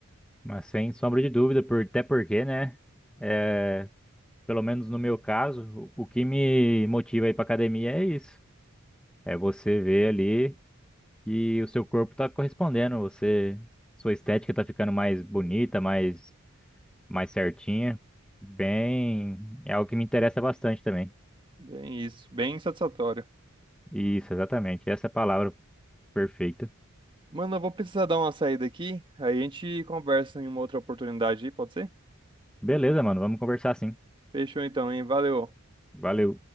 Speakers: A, in the centre; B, on the right.
A: Mas sem sombra de dúvida, por, até porque, né? É, pelo menos no meu caso, o o que me motiva a ir para academia é isso. É você ver ali que o seu corpo tá correspondendo, você, sua estética tá ficando mais bonita, mais, mais certinha. Bem, é algo que me interessa bastante também.
B: Bem isso, bem satisfatório.
A: Isso, exatamente. Essa é a palavra perfeita.
B: Mano, eu vou precisar dar uma saída aqui, aí a gente conversa em uma outra oportunidade aí, pode ser?
A: Beleza, mano, vamos conversar sim.
B: Fechou então, hein? Valeu.
A: Valeu.